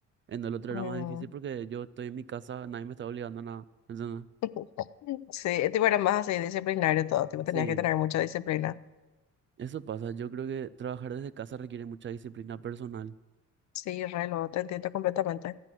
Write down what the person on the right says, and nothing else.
En el otro
era más difícil porque yo estoy en mi casa, nadie me está obligando a nada. ¿entendés?
Sí,
eso pasa, yo creo que trabajar desde casa requiere mucha disciplina personal.